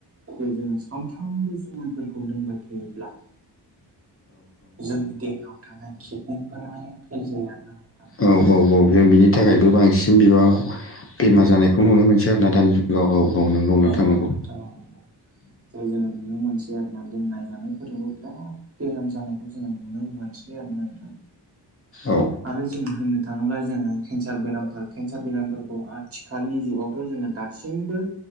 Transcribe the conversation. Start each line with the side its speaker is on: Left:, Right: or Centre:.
Right: जे जोङो सानफ्रामबो जुमायफोरखौ लोंबाय थायोब्ला जोंनि देहायाव थानाय किडनिकफोर फेल जाया आरोना नोंथां।
Left: औ औ जों
Right: जे जों
Left: बिनि थाखायबो बांसिन
Right: बे
Left: बिबाङाव बेमार जानायखौ नुनो मोनसै आरोना दानि जुगाव नंगौ नोंथां
Right: औ
Left: नंगौ
Right: औ नोंथांंगौ जाय जोङो नुनो मोनसै जा लोंनाय जानायफोरजोंबो बिराद बेराम जानायखौ जोङो नुनो मोनसै आरो नोंथां
Left: औ
Right: आरो जों होननो थाङोब्ला जोङो केन्सार बेराम केन्सार बेरामफोरखौ आथिखालनि जे जोङो दासिमबो